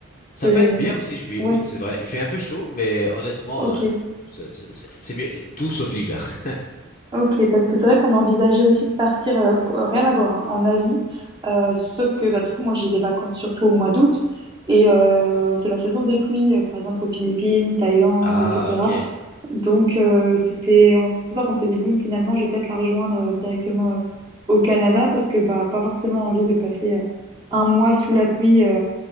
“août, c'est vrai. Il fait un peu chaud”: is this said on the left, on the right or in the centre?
Left